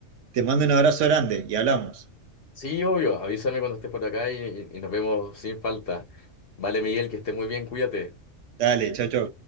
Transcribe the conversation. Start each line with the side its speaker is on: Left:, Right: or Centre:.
Right: Te mando un abrazo grande y hablamos.
Left: Sí, obvio, avísame cuando estés por acá y, y y nos vemos sin falta. Vale, Miguel, que estés muy bien, cuídate.
Right: Dale, chau, chau.